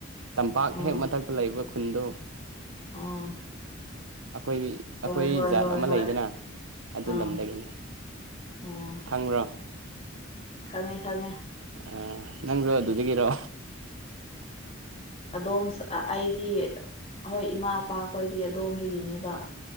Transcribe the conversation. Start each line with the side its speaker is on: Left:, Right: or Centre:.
Right: ꯇꯝꯄꯥꯛ
Left: ꯎꯝ
Right: ꯍꯦꯛ ꯃꯊꯛꯇ ꯂꯩꯕ ꯈꯨꯟꯗ
Left: ꯎꯝ
Right: ꯑꯩꯈꯣꯏ
Left: ꯍꯣꯏ
Right: ꯑꯩꯈꯣꯏ
Left: ꯍꯣꯏ
Right: ꯖꯥꯠ
Left: ꯍꯣꯏ
Right: ꯑꯃ
Left: ꯍꯣꯏ
Right: ꯂꯩꯗꯅ ꯑꯗꯨ
Left: ꯑꯥ
Right: ꯂꯝꯗꯒꯤꯅꯤ
Left: ꯎꯝ
Right: ꯈꯪ꯭ꯔꯣ
Left: ꯈꯪꯉꯦ ꯈꯪꯉꯦ
Right: ꯑ ꯅꯪꯁꯨ ꯑꯗꯨꯗꯒꯤꯔꯣ
Left: ꯑꯗꯣꯝ ꯑꯩꯗꯤ ꯍꯣꯏ ꯏꯃꯥ ꯏꯄꯥꯈꯣꯏꯗꯤ ꯑꯗꯣꯝꯗꯒꯤꯅꯦꯕ